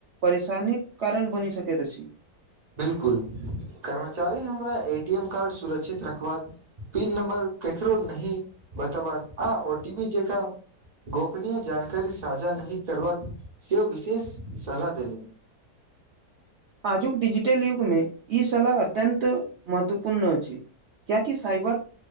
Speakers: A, on the right; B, on the right.
A: परेशानीक कारण बनि सकैत अछि
B: बिलकुल कर्मचारी हमरा ए टी एम कार्ड सुरक्षित रखबाक पीन नम्बर ककरो नहि बतेबाक आ ओ टी पी जेकाँ गोपनीय जानकारी साझा नहि करबाक से ओ विशेष सलाह देेलनि <inaudible>
A: आजुक डिजिटल युगमे ई सलाह अत्यन्त महत्वपूर्ण अछि। कियाकि साइबर